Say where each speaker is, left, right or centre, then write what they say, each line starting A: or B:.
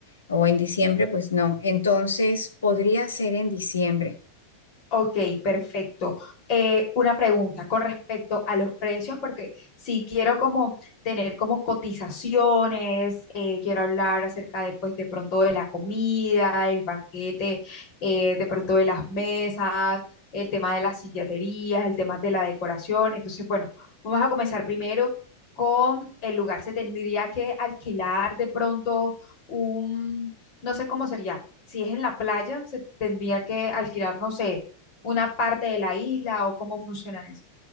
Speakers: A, on the left; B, on the left.
A: o en diciembre pues no. Entonces podría ser en diciembre.
B: Ok, perfecto. Eh, una pregunta con respecto a los precios, porque si quiero como tener como cotizaciones, eh, quiero hablar acerca de pues de pronto de la comida, el banquete, eh, de pronto de las mesas, el tema de las silleterías, el tema de la decoración. Entonces, bueno, vamos a comenzar primero con el lugar. Se tendría que alquilar de pronto un, no sé cómo sería. Si es en la playa, se tendría que alquilar, no sé una parte de la isla o cómo funciona eso.